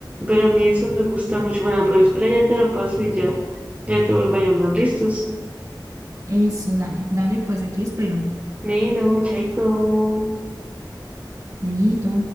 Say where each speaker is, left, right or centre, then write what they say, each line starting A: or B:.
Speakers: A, on the right; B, on the right.
A: pero a mí eso me gusta mucho. Bueno, pero espera, ya te lo paso y ya, ya te vuelvo a llamar. ¿Listos?
B: Eso, dale, dale, pues aquí espero.
A: Bueno, chaito.
B: Dedito.